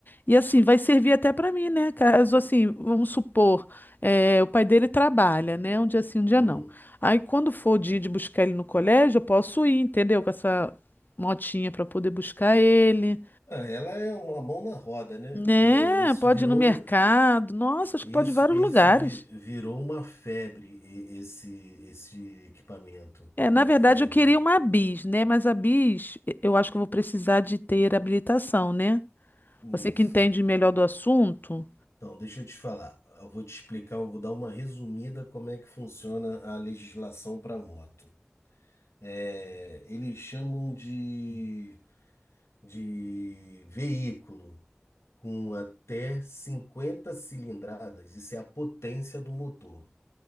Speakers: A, on the left; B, on the left.
A: E assim, vai servir até para mim, né? Caso assim, vamos supor, é, o pai dele trabalha, né? Um dia sim, um dia
B: Hum.
A: não. Aí quando for o dia de buscar ele no colégio, eu posso ir, entendeu? Com essa motinha para poder buscar ele.
B: Ah, Ela é uma mão na roda, né?
A: Né?
B: É, isso
A: Pode
B: virou.
A: ir no mercado.
B: um
A: Nossa, acho
B: Isso,
A: que pode ir em vários
B: isso
A: lugares.
B: vi- virou uma febre, e- esse, esse equipamento.
A: É,
B: Uma
A: na verdade,
B: febre.
A: eu queria uma bis, né? Mas a bis, e- eu acho que eu vou precisar de ter habilitação, né?
B: Isso.
A: Você que entende melhor do assunto.
B: Então, deixa eu te falar. Eu vou te explicar, eu vou dar uma resumida como é que funciona a legislação para moto. É, eles chamam de, de veículo com até cinquenta cilindradas, isso é a potência do motor.